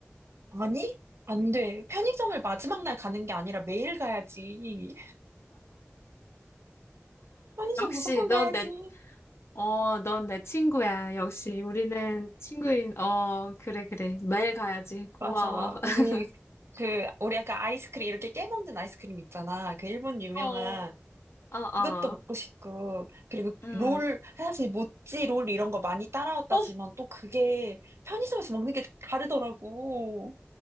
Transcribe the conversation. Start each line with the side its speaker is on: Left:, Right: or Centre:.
Right: 아니? 안 돼. 편의점을 마지막 날 가는 게 아니라 매일 가야지. 편의점 무조건
Left: 역시 넌
Right: 가야지.
Left: 내, 어, 넌 내 친구야. 역시 우리는 친구인, 어, 그래, 그래. 매일 가야지. 고마워.
Right: 맞아.
Left: <laughs>
Right: 우리, 그, 우리 아까 아이스크림, 이렇게 깨먹는 아이스크림 있잖아. 그 일본 유명한,
Left: 어, 아,
Right: 그것도
Left: 아.
Right: 먹고 싶고. 그리고
Left: 음.
Right: 롤, 사실 모찌 롤 이런 거 많이 따라왔다지만
Left: 어,
Right: 또 그게 편의점에서 먹는 게 다르더라고.